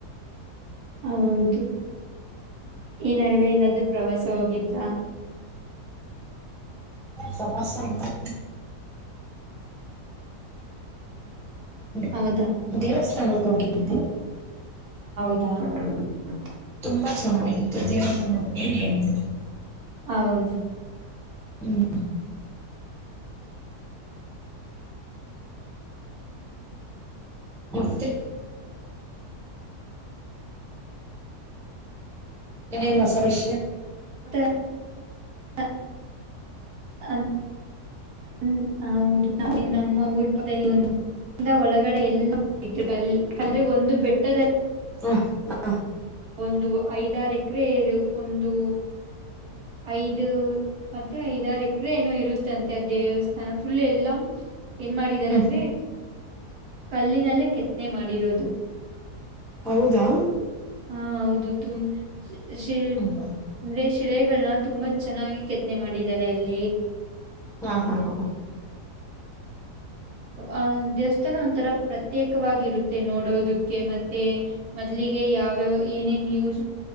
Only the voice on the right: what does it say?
ಹೌದು ಈ ನಡುವೆ ಇಲ್ಲಾದ್ರೂ ಪ್ರವಾಸ ಹೋಗಿದ್ರಾ
ಹೌದಾ
ದ
ಹೌದು
<unintelligible> ಮ ಹೌದು ನಮ್ಮ ಊರು ಪದಲ್ಲಿ ಒ ಒಳಗಡೆ ಎಲ್ಲೆ ಕಲೇ ಒಂದು ಬೆಟ್ಟದ
ಒಂದು ಐದಾರ ಎಕರೆ ಒಂದು ಐದು ಮತ್ತೆ ಐದಾರ ಎಕರೆ ಏನೋ ಇರುತ್ತಂತೆ ದೇವಸ್ಥಾನ ಫುಲ್ ಎಲ್ಲಾ ಏನ್ ಮಾಡಿದಾರಂದ್ರೆ
ಕಲ್ಲಿನಲ್ಲೇ ಕೆತ್ನೆ ಮಾಡಿರೋದು.
ಹಾ ಹೌದು ತುಮ್ ಸ್ ಶಿಲ್
ಅಂದ್ರೆ ಶಿಲೆ ಗಳ್ನ ತುಂಬಾ ಚೆನ್ನಾಗಿ ಕೆತ್ತನೆ ಮಾಡಿದ್ದಾರೆ ಅಲ್ಲಿ.
ಅ ದೇವಸ್ಥಾನ ಒಂಥರ ಪ್ರತ್ಯೇಕವಾಗಿರುತ್ತೆ ನೋಡೋದುಕ್ಕೆ ಮತ್ತೆ ಮೊದ್ಲಿಗೆ ಯಾವ್ಯಾವ ಏನೇನ್ ಯೂಸ್